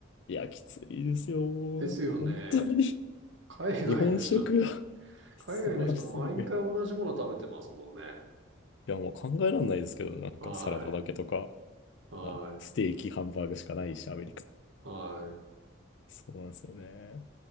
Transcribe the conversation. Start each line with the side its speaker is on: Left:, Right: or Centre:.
Left: いや、きついですよ。
Right: ですよね。
Left: 本当に。
Right: 海外の人、
Left: 日本食が <laughs> 素晴らしすぎる。
Right: 海外の人毎回同じもの食べてますもんね。
Left: いや、もう考えられないですけど、なんかサラダだけとか、
Right: はい。はい。
Left: まあ、ステーキ、ハンバーグしかないし、アメリカ。
Right: はい。
Left: そうなんですよね。